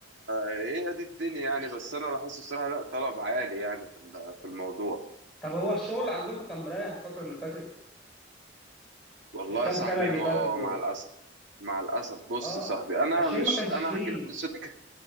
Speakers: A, on the right; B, in the centre.
A: ايه دي الدنيا يعني بس انا بحس الصراحه لا طلب عالي يعني في ال- في الموضوع
B: طب هو الشغل عندكم كان مريح الفترة اللي فاتت
A: والله
B: الكام
A: يا صاحبي
B: سنة اللي
A: ما
B: فاتت
A: اه
B: دول
A: مع الاسف مع الاسف بص
B: اه
A: يا صاحبي انا
B: عشان
A: مش
B: ما كانش
A: انا
B: فيه
A: هحكي لك قصتي ك-